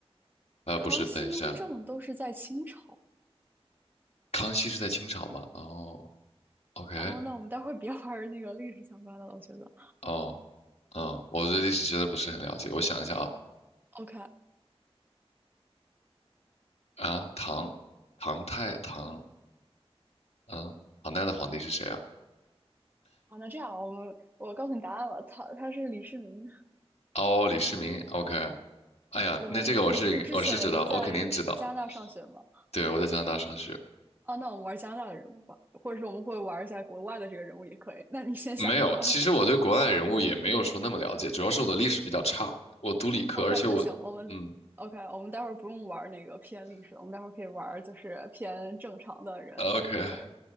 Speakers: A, on the left; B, on the right.
A: 呃，
B: 康熙、
A: 不是，等一下，
B: 雍正都是在清朝。
A: 康熙是在清朝吗？哦，OK，
B: 哦，那我们待会儿别玩儿那个历史相关的了，我觉得。
A: 哦，嗯，我对历史真的不是很了解。我想一下啊，
B: OK，
A: 啊，唐，唐太唐，嗯，唐代的皇帝是谁啊？
B: 好，那这样我们我告诉你答案了，他他是李世民。
A: 哦，李世民，OK。哎呀，
B: 对，
A: 那这个我是我是知道，
B: 你是之前在加拿大上学吗？
A: 我肯定知道。对，我在加拿大上学。
B: 哦，那我们玩加拿大的人物吧，或者是我们会玩一下国外的这个人物也可以。那你先想一个吧。
A: 没有，其实我对国外人物也没有说那么了解，主要是我的历史比较差，我读理科，
B: <laughs> OK，
A: 而且我，
B: 那行，我们
A: 嗯
B: OK，我们待会儿不用玩那个偏历史了，我们待会儿可以玩就是偏正常的人，
A: 呃，OK，
B: 可以。